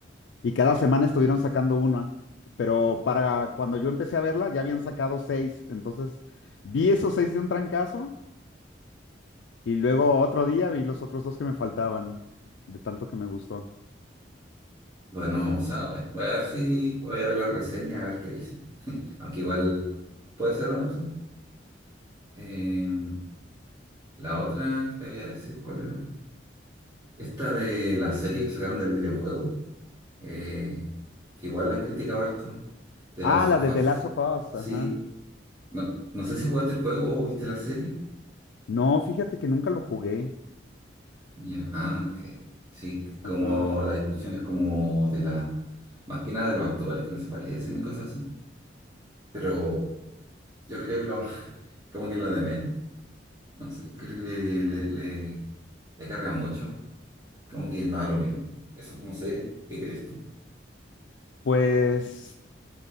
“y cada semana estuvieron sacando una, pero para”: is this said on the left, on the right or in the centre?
Left